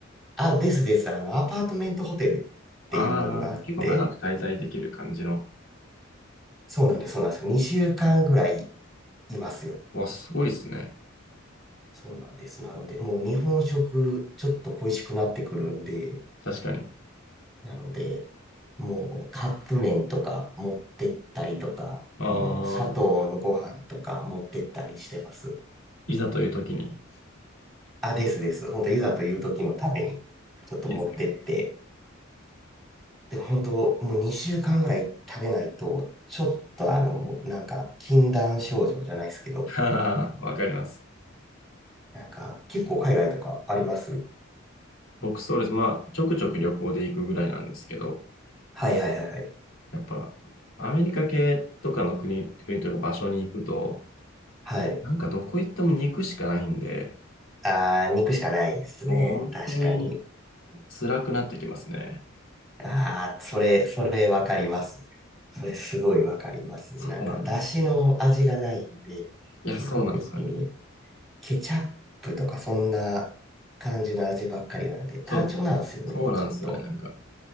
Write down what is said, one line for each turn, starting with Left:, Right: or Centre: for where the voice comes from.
Centre: あ、ですです。あの、アパートメントホテルっていうのがあって、
Left: ああ、結構長く滞在できる感じの。
Centre: そうなんです、そうなんです。2週間ぐらいいますよ。
Left: わ、すごいですね。
Centre: そうなんです。なので、もう日本食ちょっと恋しくなってくるんで、
Left: 確かに。
Centre: なので、もうカップ麺とか持ってったりとか、
Left: ああ、
Centre: もう砂糖のご飯とか持ってったりしてます。
Left: いざという時に。
Centre: あ、ですです。本当いざという時のために、ちょっと持ってって。
Left: いいですね。
Centre: で、本当もう2週間ぐらい食べないと、ちょっとあの、なんか、禁断症状じゃないですけど、
Left: <laughs> ははははわかります。
Centre: なんか、結構海外とかあります
Left: 僕そうです。まあ、ちょくちょく旅行で行くぐらいなんですけど、
Centre: はいはいはいはい。
Left: やっぱ、アメリカ系とかの国、国というか場所に行くと、
Centre: はい。
Left: なんかどこ行っても肉しかないんで、
Centre: あー、肉しかないですね。
Left: もう本当に
Centre: 確かに。
Left: 辛くなってきますね。
Centre: ああ、それ、それわかります。それすごいわかります。
Left: そうなんです。
Centre: なんか、だしの味がないんで、
Left: いや、
Centre: 基本的に。
Left: そうなんですよね。
Centre: ケチャップとかそんな感じの味ばっかりなんで、単調なんですよね、
Left: そう、そうなんですよね。
Centre: ちょっと。
Left: なんか、